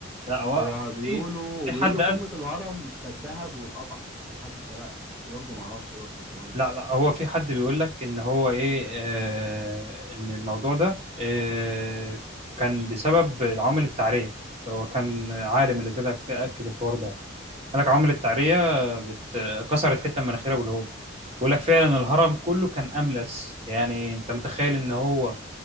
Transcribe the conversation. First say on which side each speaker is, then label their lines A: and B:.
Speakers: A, on the right; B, in the centre.
A: لا هو
B: هو بيقولوا
A: في في
B: وبيقولوا
A: حد
B: قمة
A: قال
B: الهرم كانت ذهب واتقطعت او حد سرقها بس برضه ما اعرفش برضه الحوار ده
A: لا لا هو في حد بيقول لك ان هو ايه آه، ان الموضوع ده آه، كان بسبب العوامل التعريه هو كان عالم اللي طلع اكد الحوار ده قال لك عمر التعرية بت... كسرت حتة من مناخيرها بالهول بيقول لك فعلا الهرم كله كان أملس يعني أنت متخيل إن هو